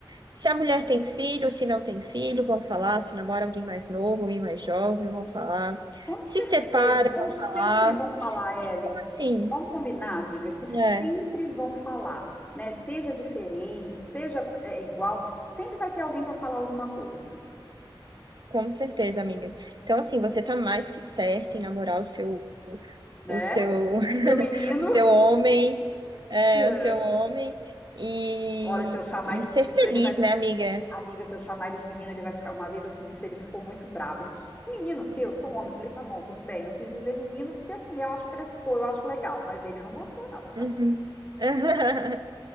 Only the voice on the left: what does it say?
Com certeza,
vão
sempre
vão falar, Ellen.
Vamos combinar, amiga, que sempre
vão falar, né? Seja diferente, seja é, igual, sempre vai ter alguém para falar alguma coisa,
né?
Meu menino,
É.
olha, se eu chamar
ele
de menino,
ele vai
Amiga, se eu chamar ele de menino, ele vai ficar. Uma vez eu fiz isso, ele ficou muito bravo. Ele, que, que menino, o quê? Eu sou um homem. Eu falei, tá bom, tudo bem. Eu quis dizer menino porque assim, eu acho frescor, eu acho legal, mas ele não gostou, não.